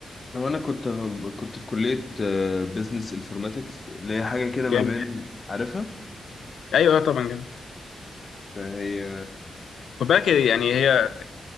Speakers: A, on the left (about 25°); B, on the left (about 80°).
A: هو انا كنت كنت في كلية بزنس انفورماتكس اللي هي حاجة كده ما
B: جامد
A: بين عارفها
B: ايوه آه، طبعا جامد
A: فهي
B: خد بالك يعني هي